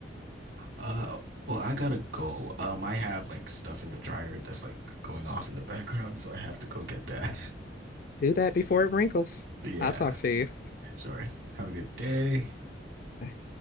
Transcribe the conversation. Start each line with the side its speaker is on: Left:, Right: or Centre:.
Right: Uh, well, I gotta go. Um, I have like stuff in the dryer that's like going off in the <laughs> background, so I have to go get that. <laughs>
Left: Do that before it wrinkles.
Right: Yeah,
Left: I'll talk to you.
Right: sure. Have a good day.
Left: Bye.